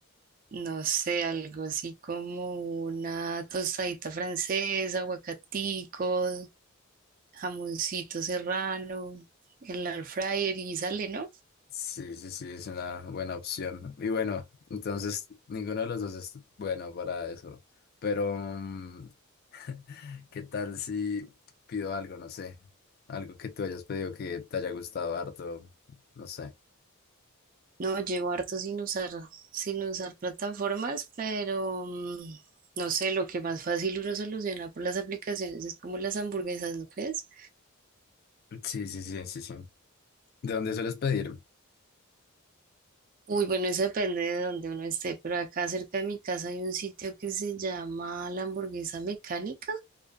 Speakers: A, on the right; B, on the left.
A: no sé, algo así como una tostadita francesa, aguacatico, jamoncito serrano, el air fryer y sale, ¿no?
B: Sí, sí, sí, es una buena opción. Y bueno, entonces ninguno de los dos es bueno para eso. Pero, mm, <laughs> ¿qué tal si pido algo, no sé? Algo que tú hayas pedido que te haya gustado harto, no sé.
A: No, llevo harto sin usar, sin usar plataformas, pero mm, no sé, lo que más fácil uno soluciona por las aplicaciones es como las hamburguesas, ¿no crees?
B: Sí, sí, sí, sí, sí. ¿De dónde sueles pedir?
A: Uy, bueno, eso depende de donde uno esté, pero acá cerca de mi casa hay un sitio que se llama La Hamburguesa Mecánica,